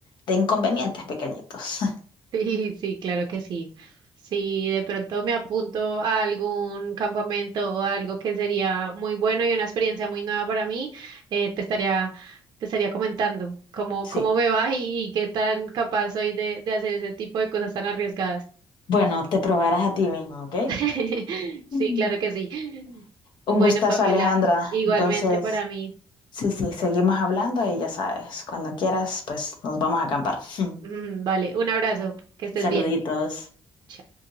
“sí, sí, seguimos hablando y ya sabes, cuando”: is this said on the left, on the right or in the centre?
Left